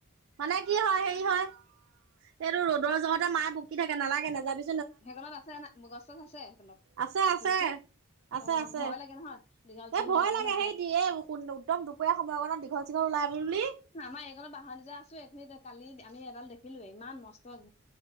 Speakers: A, on the right; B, on the left.
A: মানে কি হয় হেৰি হয় এইটো ৰ'দৰ জহতে মায়ে বকি থাকে নালাগে নাযাবি।
B: সেইখনত আছে না গছ চছ আছে সেইখনত
A: আছে
B: পুখুৰী
A: আছে
B: ওচৰত।
A: আছে
B: অ
A: আছে
B: ভয় লাগে নহয় দীঘল
A: এ
B: চীঘল
A: ভয়
B: ওলাব
A: লাগে
B: ন
A: হেই দিয়ে সেই একদম দুপৰীয়া সময়কণত দীঘল চীঘল ওলাই। বুলি
B: আমাৰ এইকনৰ বাহাটোজা আছো এইখিনি কালি আমি এডাল দেখিলো ইমান মস্ত।